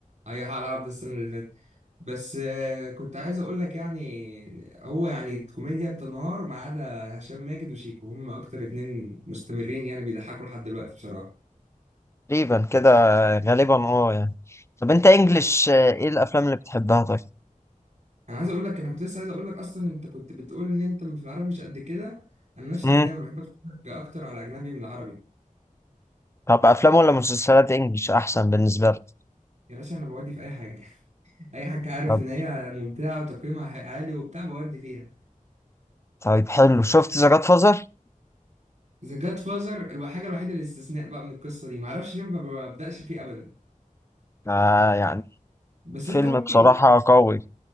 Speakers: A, on the right; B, on the left.
A: ايوه حق العرب ده السنه اللي فاتت بس آه، كنت عايز اقول لك يعني هو يعني الكوميديا بتنهار ما عدا هشام ماجد وشيكو هم اكتر اتنين مستمرين يعني بيضحكوا لحد دلوقتي بصراحه
B: تقريبا كده غالبا اه يعني طب انت انجلش آه، ايه الافلام اللي بتحبها طيب
A: انا عايز اقول لك انا كنت لسه عايز اقول لك اصلا انت كنت بتقول ان انت في العربي مش قد كده انا نفس
B: امم
A: الكلام انا بحب اتفرج اكتر على اجنبي من العربي
B: طب افلام ولا مسلسلات انجلش احسن بالنسبه لك
A: يا باشا انا بودي في اي حاجه <laughs> اي حاجه عارف
B: طب
A: ان هي ممتعه وتقييمها عالي وبتاع بودي فيها
B: طيب حلو شفت ذا جاد فازر
A: ذا جاد فازر الحاجه الوحيده الاستثناء بقى من القصه دي معرفش ليه ما ببداش فيه ابدا
B: آه يعني
A: بس
B: فيلم
A: انت ممكن
B: بصراحه قوي